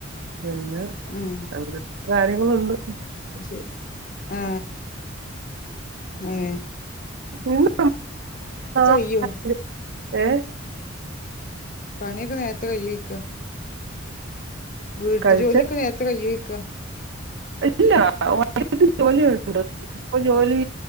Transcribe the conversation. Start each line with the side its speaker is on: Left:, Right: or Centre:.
Right: പിന്നെ
Left: ഉം
Right: അങ്ങനത്തെ കാര്യങ്ങളുണ്ട്.
Left: ശരി ആ ഏ
Right: നിന്ന് <unintelligible>
Left: കയ്യോ പണിയൊക്കെ നേരത്തെ കയ്യോയിക്ക? വീട്ട്
Right: കഴിച്ച്
Left: ജോലിയൊക്കെ നേരത്തെ കൈയ്യോഴിക്ക?
Right: ഇല്ല <unintelligible> ഇപ്പൊ ജോലി